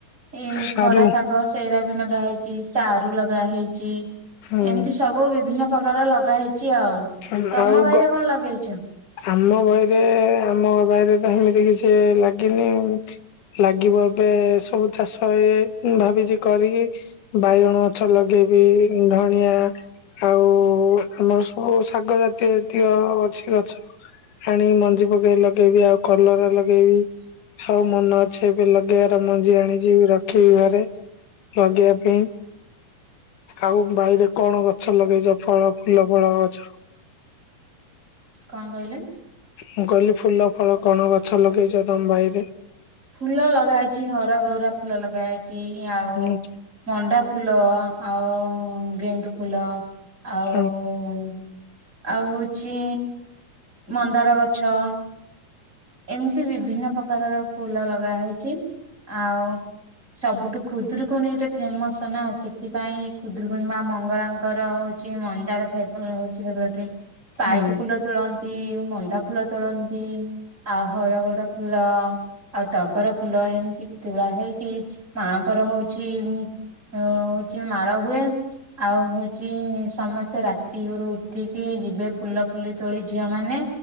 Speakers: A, on the right; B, on the left.
A: ଏଇ
B: ସାରୁ
A: ଖଡା ଶାଗ ହେରା ବି ଲଗା ହେଇଛି, ସାରୁ ଲଗା ହେଇଛି
B: ହୁଁ
A: ଏମତି ସବୁ ବିଭିନ୍ନ ପ୍ରକାର ଲଗା ହେଇଛି ଆଉ
B: <unintelligible>
A: ତମ
B: ଆଉ
A: ବାଇରେ
B: ଗ
A: କଣ ଲଗେଇଛ
B: ଆମ ବହିରେ ଆମ ବହିରେ ତ ହେ ମିତି କିଛି ଲାଗିନି ଲାଗିବ ଏବେ ସବୁ ଚାଷ ଇଏ ଭାବିଛି କରିକି ବାଇଗଣ ଗଛ ଲଗେଇବି ଧଣିଆ ଆଉ ଆମର ହଉ ଶାଗ ଜାତୀୟ ଜାତୀୟ ଅଛି ଗଛ ଆଣିକି ମଞ୍ଜି ପକେଇ ଲଗେଇବି ଆଉ କଲର ଲଗେଇବି ଆଉ ମନ ଅଛି ଏବେ ଲଗେଇବାର ମଞ୍ଜି ଆଣିଛିିବ ରଖିବି ଘରେ ଲଗେଇବା ପାଇଁ ଆଉ ବାଇରେ କଣ ଗଛ ଲଗେଇଛ ଫଳ ଫୁଲ ଫଳ ଗଛ।
A: କଣ କହିଲେ?
B: ମୁଁ କହିଲି ଫୁଲ ଫଳ କଣ ଗଛ ଲଗେଇଛ ତମ ବାଇରେ?
A: ଫୁଲ ଲଗାହେଇଛି ହରଗୌରା ଫୁଲ ଲଗାଯାଇଛି ଆଉ
B: ହୁଁ
A: ମଣ୍ଡା ଫୁଲ ଆଉ ଗେଣ୍ଡୁ ଫୁଲ ଆଉ
B: ହଁ
A: ଆଉ ହଉଛି ମନ୍ଦାର ଗଛ ଏମିତି ବିଭିନ୍ନ ପ୍ରକାରର ଫୁଲ ଲଗାହେଇଛି ଆଉ ସବୁଠୁ ଖୁଦୁରୁକୁଣୀ ଟା ଫେମସ ନା ସେ ସେଥିପାଇଁ ଖୁଦୁରୁକୁଣୀ ମା ମଙ୍ଗଳାଙ୍କର ହଉଛି ମନ୍ଦାର ଫବ ହଉଛି ଫେବରେ ଟ ପାଇକ
B: ହୁଁ
A: ଫୁଲ ତୋଳନ୍ତି ମଣ୍ଡା ଫୁଲ ତୋଳନ୍ତି। ଆଉ ହରଗଉରା ଫୁଲ ଆଉ ଟଗର ଫୁଲ ଏମିତି ତୁଳା ହେଇକି ମାଆଙ୍କର ହଉଛି। ହଉଛି ମାଳ ହୁଏ। ଆଉ ହଉଛି ସମସ୍ତେ ରାତି ରୁ ଉଠିକି ଯିବେ ଫୁଲ ଫୁଲି ତୋଳି ଝିଅ ମାନେ